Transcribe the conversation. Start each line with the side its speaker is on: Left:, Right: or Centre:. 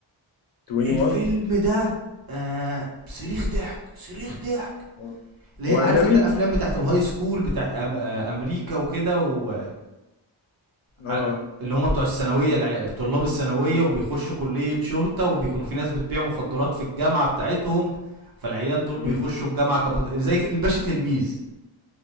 Left: 21
Right: الفيلم ده آه صريخ ضحك صريخ ضحك
Left: هو
Right: اللي
Left: هو
Right: هي عارف
Left: اجنبي
Right: انت الافلام بتاعت الهاي سكول بتاعت أم آه امريكا وكده و
Left: اه
Right: على اللي هم بتوع الثانويه الع- طلاب الثانويه وبيخشوا كليه شرطه وبيكونوا في ناس بتبيع مخدرات في الجامعه بتاعتهم فالعيال دول
Left: امم
Right: بيخشوا الجامعه كمت... زي في- الباشا تلميذ